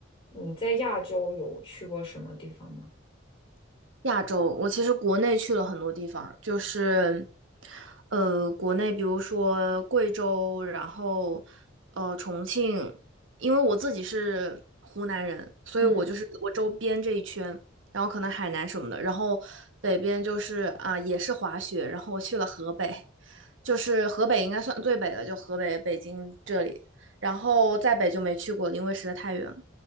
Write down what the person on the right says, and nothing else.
亚洲，我其实国内去了很多地方，就是，呃，国内比如说贵州，然后呃重庆，因为我自己是湖南人，所以我就是我周边这一圈，
然后可能海南什么的，然后北边就是啊、也是滑雪，然后我去了河北，就是河北应该算最北的，就河北北京这里，然后再北就没去过了因为实在太远了。